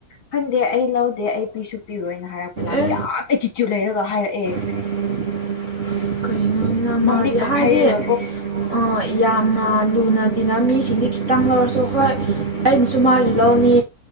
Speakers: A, on the left (about 35°); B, on the right (about 30°).
A: ꯈꯟꯗꯦ ꯑꯩ ꯂꯧꯗꯦ ꯑꯩ ꯄꯤꯁꯨ ꯄꯤꯔꯣꯏꯅ ꯍꯥꯏꯔꯛꯄ ꯃꯥꯅ
B: ꯑꯦ
A: ꯌꯥꯝ ꯑꯦꯇꯤꯇ꯭ꯌꯨꯠ ꯂꯩꯔꯒ ꯍꯥꯏꯔꯛꯑꯦ
B: <inaudible> ꯀꯩꯅꯣꯅ ꯃꯥꯗꯤ
A: ꯃꯃꯤꯀ
B: ꯍꯥꯏꯗꯤ
A: ꯐꯩꯔꯒ
B: ꯑꯥ ꯌꯥꯝꯅ ꯂꯨꯅ ꯇꯤꯟꯅ ꯃꯤꯁꯤꯡꯗꯤ ꯈꯤꯇꯪ ꯂꯧꯔꯁꯨ ꯍꯣꯏ ꯑꯩꯅꯁꯨ ꯃꯥꯒꯤ ꯂꯧꯅꯤ